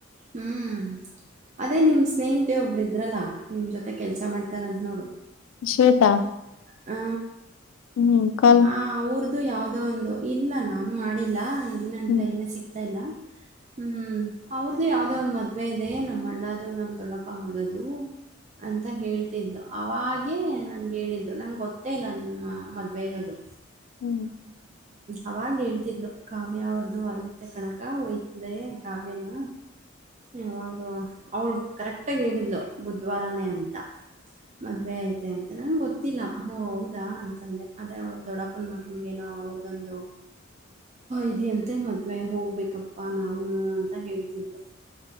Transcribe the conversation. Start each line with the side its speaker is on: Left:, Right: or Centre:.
Right: ಹ್ಮ್ ಅದೇ ನಿಮ್ ಸ್ನೇಹಿತೆ ಒಬ್ರ ಇದ ದ್ರಲ್ಲ ನಿಮ್ಮ್ ಜೊತೆ ಕೆಲಸ ಮಾಡ್ತಾರಂತ ನೋಡು
Left: ಶ್ವೇತಾ
Right: ಹಾ
Left: ಹೂ
Right: ಆ ಅವ್ರ್ದು ಯಾವುದೋ ಒಂದು ಇಲ್ಲ ನಾನು ಮಾಡಿಲ್ಲ ಇಲ್ಲಿ ನಂಗೆ
Left: ಹ್ಮ್
Right: ಟೈಮೆ ಸಿಗ್ತಾ ಇಲ್ಲ ಹ್ಮ್ ಅವ್ರ್ದು ಯಾವ್ದೋ ಒಂದ್ ಮದ್ವೆ ಇದೆ ನಮ್ಮ್ ಅಣ್ಣದು ನಮ್ ದೊಡ್ಡಪ್ಪ ಮಗದು ಅಂತ ಹೇಳ್ತಿದ್ದ ಅವಾಗೇ ನನಗೆ ಹೇಳಿದ್ದು ನಂಗೆ ಗೊತ್ತೇ ಇಲ್ಲ ನಿಮ್ಮ ಮದುವೆ ಇರೋದು
Left: ಹ್ಮ್
Right: ಆವಾಗ ಹೇಳ್ತಿದ್ಲು ಕಾವ್ಯ ಅವ್ರದ್ದು ಐತೆ ಕನಕ ಒಯ್ತದೆ ಕಾವ್ಯನು ಯಾವಾಗ ಅವಳ ಕರೆಕ್ಟಾಗಿ ಹೇಳಿದ್ಲು ಬುಧವಾರನೇ ಅಂತ ಮದುವೆ ಐತೆ ಅಂತ ನಂಗೆ ಗೊತ್ತಿಲ್ಲ ಓ ಹೌದಾ ತಂದೆ ಅದೇ ಅವ್ರ ದೊಡ್ಡಪ್ಪನ ಮಗನ್ಗೇನೋ ಅವ್ರದೊಂದು ಇದೆ ಅಂತ ಮ ಮದ್ವೆ ಹೋಗ್ಬೇಕಪ್ಪಾ ನಾವುನು ಅಂತ ಹೇಳ್ತಿದ್ದು